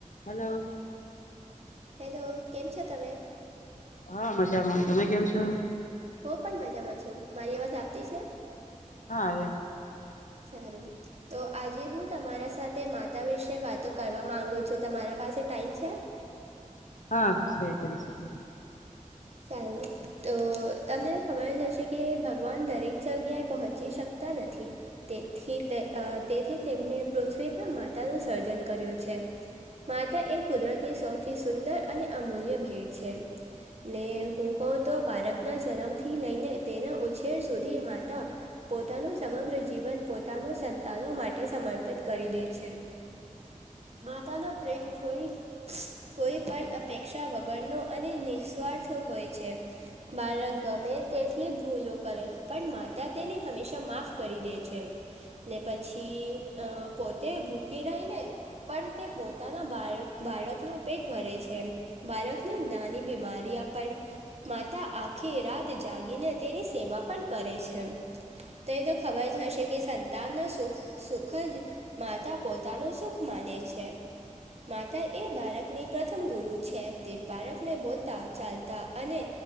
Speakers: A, on the left; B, on the right.
A: Hello
B: hello કેમ છો તમે?
A: હા મજામાં તમે કેમ છો?
B: હું પણ મજામાં છું મારી અવાજ આવતી છે.
A: હા આવે
B: સારું તો આજે હું તમારા સાથે માતા વિશે વાતો કરવા માગુ છું તમારા પાસે ટાઈમ છે? <inaudible>
A: હા છે કરી શકો <unintelligible>
B: સારું તો તમને ખબર જ હશે કે ભગવાન દરેક જગ્યાએ પહોંચી શ તા નથી તેથી તે તેથી તેમને પૃથ્વી પર માતાનું સર્જન કર્યું છે. માતા એ કુદરતની સૌથી સુંદર અને અમૂલ્ય ભેટ છે. ને હું કહઉ તો બાળકના જન્મથી લઈને તેના ઉછેર સુધી માતા. પોતાનું સમગ્ર જીવન પોતાનો સંતાનો માટે સમર્પિત કરી દે છે. માતા ના પ્રેમ કોઈ. કોઈ પણ અપેક્ષા વગરનો અને નિસ્વાર્થ હોય છે. બાળક ગમે તેટલી ભૂલો કરે પણ માતા તેને હંમેશા માફ કરી દે છે. ને પછી પોતે ભૂકી રહી ને, પણ તે પોતાના બા બાળકનો પેટ ભરે છે બાળકની <unintelligible> બીમારી માતા આખી રાત જાગીને તેની સેવા પણ કરે છે. તો એ તો ખબર જ હશે સંતાનનો સુખ જ, માતા પોતાનું સુખ માને છે. માતા એ બારકની પ્રથમ ગુરુ છે તે બારકને બોલ, ચાલતા અને